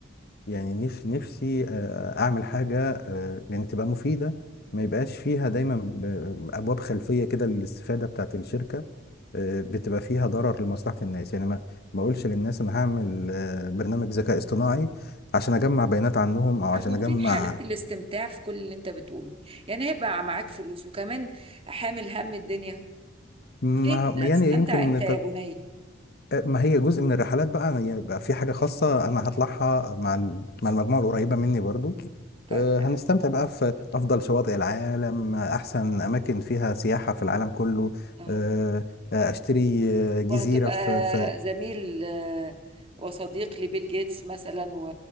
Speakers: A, on the left (about 55°); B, on the right (about 30°).
A: يعني نف- نفسي آه، اعمل حاجه آه، يعني تبقى مفيده ما يبقاش فيها دايما ب- ابواب خلفيه كده للاستفاده بتاعت الشركه آه، بتبقى فيها ضرر لمصلحه الناس يعني ما ما اقولش للناس انا هعمل آه، برنامج ذكاء اصطناعي عشان اجمع بيانات عنهم او عشان
B: هو
A: اجمع
B: فين حالات الاستمتاع في كل اللي انت بتقوله يعني هيبقى معاك فلوس وكمان حامل هم الدنيا
A: ما
B: فين هتستمتع
A: يعني يمكن
B: امتى يا بني
A: ما هي جزء من الرحلات بقى أنا يبقى في حاجة خاصة أنا هطلعها مع ال- مع المجموعة القريبة مني برضو
B: طيب
A: آه،
B: تمام.
A: هنستمتع بقى في أفضل شواطئ العالم آه، أحسن أماكن فيها سياحة في العالم كله
B: اه
A: آه، آه، أشتري آه، جزيرة
B: وهتبقى
A: في في
B: زميل آه، وصديق لبيل جيتس مثلا و...